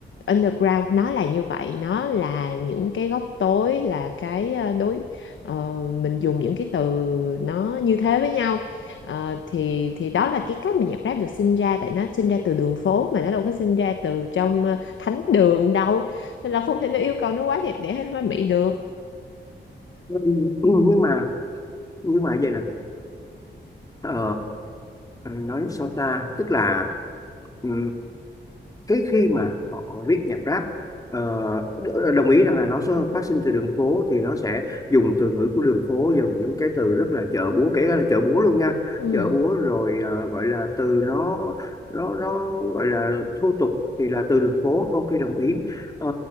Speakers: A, on the left; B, on the left.
A: underground nó là như vậy nó là những cái góc tối là cái ờ, đối ờ, mình dùng những cái từ nó như thế với nhau Ờ, thì thì đó là cái cách mà nhạc rap được sinh ra tại nó sinh ra từ đường phố mà nó đâu có sinh ra từ trong ờ, thánh đường đâu nên là không thể nào yêu cầu nó quá đẹp đẽ hay hoa mỹ được
B: ừ, ừ, ừ, nhưng mà nhưng mà vậy nè ờ, nói sao ta tức là ừ, thế khi mà họ viết nhạc rap ờ, đ- đồng ý rằng là nó xuất- phát sinh từ đường phố thì nó sẽ dùng từ ngữ của đường phố dùng những cái từ rất là chợ búa kể cả là chợ búa luôn nha
A: ừ,
B: chợ búa rồi ờ, gọi là từ nó nó nó gọi là thô tục thì là từ đường phố ok đồng ý Ờ,